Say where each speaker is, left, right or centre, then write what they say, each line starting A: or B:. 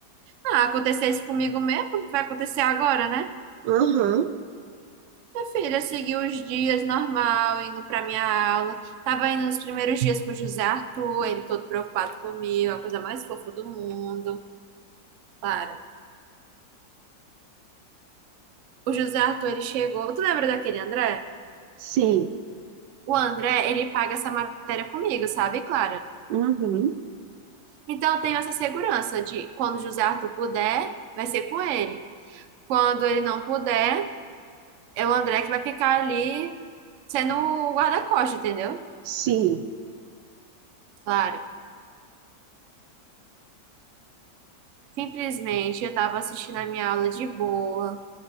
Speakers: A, on the right; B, on the right.
A: Ah, acontecesse comigo mesmo, porque vai acontecer agora, né?
B: Uhum,
A: Minha filha seguiu os dias normal, indo pra minha aula. Tava indo nos primeiros dias com o José Arthur, ele todo preocupado comigo, a coisa mais fofa do mundo. Para. O José Arthur, ele chegou. Tu lembra daquele André?
B: sim,
A: O André, ele paga essa matéria comigo, sabe, Clara?
B: uhum,
A: Então eu tenho essa segurança de quando o José Arthur puder, vai ser com ele. Quando ele não puder, é o André que vai ficar ali sendo o guarda-costas, entendeu?
B: sim.
A: Claro. Simplesmente eu tava assistindo a minha aula de boa.